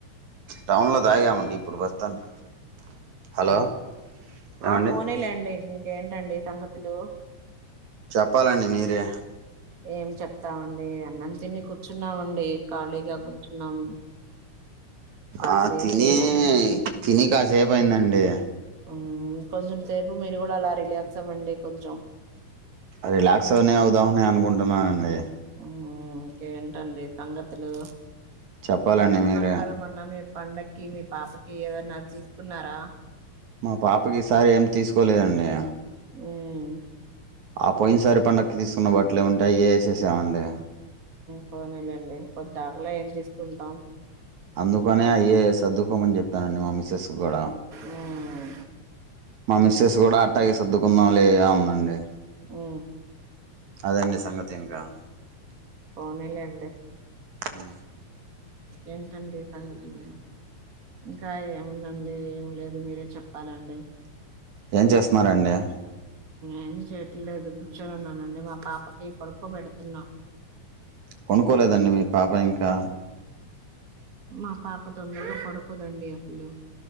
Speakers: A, on the right; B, on the right.
A: టౌన్లో తాగామండి. ఇప్పుడు ప్రస్తుతానికి హలో ఏమండి
B: ఆహ్ పోనీలేండి. ఇంకెంటాండి సంగతులు.
A: చెప్పాలండి మీరే.
B: ఏం చెప్తామండి అన్నం తిని కూర్చున్నామండి. ఖాళీగా కూర్చున్నాము. కాసేపు
A: ఆహ్ తిని తిని కాసేపయిందండి.
B: మ్మ్ కొంచెం సేపు మీరు కూడా అలా రిలాక్స్ అవ్వండి. కొంచెం
A: రిలాక్స్ అవనే అవుదామనే అనుకుంటు మా అవునండి.
B: ఉమ్ ఇంకేంటండి సంగతులు.
A: చెప్పాలండి
B: ఏమేం
A: మీరే
B: కొన్నారు మొన్న మీరు. పండకి మీ పాపకి ఏదన్నా తీసుకున్నారా.
A: మా పాపకి ఈ సారి ఎం తీసుకోలేదండి.
B: ఉమ్
A: ఆ పోయినసారి పండగకి తీసుకున్న బట్టలే ఉంటాయి యేసేసామండి.
B: పోనీలే అండి. పొద్దాకుల ఏం తీసుకుంటాం.
A: అందు కొన్ని అయ్యే సర్దుకోమని చెప్పానండి. మా మిసెస్ కి కూడా
B: మ్మ్
A: మా మిస్సెస్ కూడా అట్టాగే సర్దుకుందాంలే అందండి.
B: ఓ
A: అదండి సంగతి ఇంకా
B: పోనీలే అండి.
A: ఊ
B: ఏంటండీ సంగతులు ఇంకా ఏముందండి ఏం లేదు మీరే చెప్పాలండి.
A: ఏం చేస్తున్నారండి.
B: ఏం చేయట్లేదు కూర్చొని ఉన్నానండి. మా పాపకి పడుకో పెడుతున్నా
A: పనుకోలేదండి మీ పాప ఇంకా
B: మా పాప తొందరగా పడుకోదండి అసలు